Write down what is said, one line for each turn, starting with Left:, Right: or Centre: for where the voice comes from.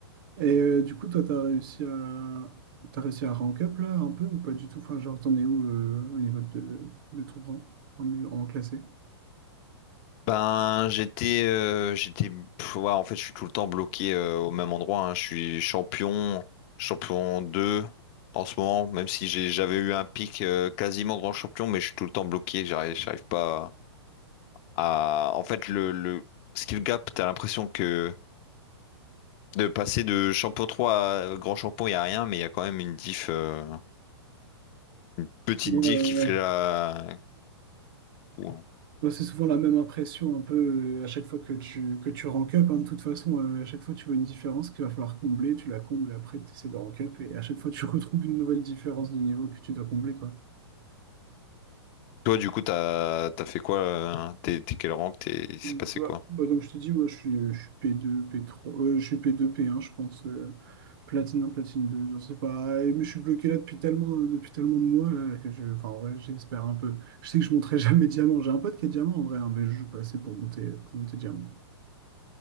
Right: Et euh, du coup, toi, t'as réussi à t'as réussi à rank up là un peu ou pas du tout? Enfin, genre, t'en es où euh, au niveau de, de ton rang en, mu- en classé?
Left: Ben, j'étais... euh, j'étais... pff, ouais, en fait, je suis tout le temps bloqué euh, au même endroit. hein. Je suis champion, champion 2 en ce moment, même si j'ai- j'avais eu un pic euh, quasiment grand champion, mais je suis tout le temps bloqué. J'arrive, j'arrive pas à... En fait, le, le skill gap, t'as l'impression que de passer de champion 3 à grand champion, il n'y a rien, mais il y a quand même une diff... euh, Une petite
Right: Ouais,
Left: div
Right: ouais,
Left: qui fait
Right: ouais.
Left: la... Ou-
Right: Moi, c'est souvent la même impression un peu euh, à chaque fois que tu, que tu rank up. hein. de toute façon, euh, à chaque fois, tu vois une différence qu'il va falloir combler, tu la combles et après, tu essaies de rank up. Et à chaque fois, tu <laughs> retrouves une nouvelle différence de niveau que tu dois combler, quoi.
Left: Toi, du coup, t'as t'as fait quoi? euh, T'es t'es quel rank? T'es... Il s'est
Right: Ouais,
Left: passé quoi?
Right: bah, comme je te dis, moi, je suis, je suis P2, P3, euh, je suis P2, P1, je pense. euh, platine un platine deux je sais pas. Et- Mais je suis bloqué là depuis tellement, euh, depuis tellement de mois là, que je, enfin, ouais, j'espère un peu. Je sais que je monterai <laughs> jamais diamant. J'ai un pote qui est diamant en vrai, hein, mais je joue pas assez pour monter, pour monter diamant.